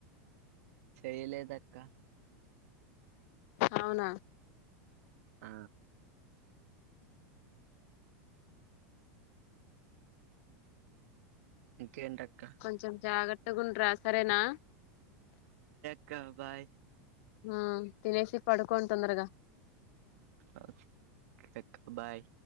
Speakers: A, on the right; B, on the left.
A: చేయ్యలేదక్క
B: అవునా
A: ఆ ఇంకేంటక్క
B: కొంచెం జాగ్రత్తగ ఉండ్రా సరేనా
A: క్కా బాయ్
B: హా తినేసి పడుకొండి తొందరగా
A: ఆ <unintelligible> బాయ్